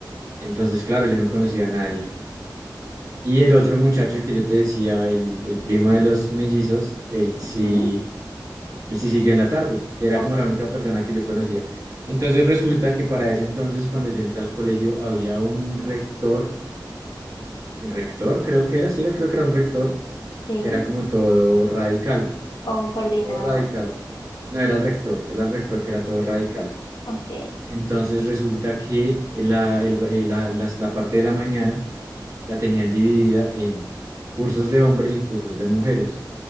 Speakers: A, on the right; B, on the left.
A: Entonces, claro, yo no conocía a nadie. Y el otro muchacho, el que yo te decía, el, el primo de los mellizos, él sí,
B: Ujú,
A: él sí siguió en la tarde, que era
B: ok,
A: como la única persona que yo conocía. Entonces resulta que para ese entonces, cuando yo entré al colegio, había un rector, rector creo que era, sí era, creo que era un rector,
B: sí.
A: que era como todo radical,
B: O un coordinador.
A: todo radical. No, era el rector, era el rector que era todo radical.
B: Ok.
A: Entonces resulta que la, el- eh, la, las- la parte de la mañana la tenían dividida en cursos de hombres y cursos de mujeres.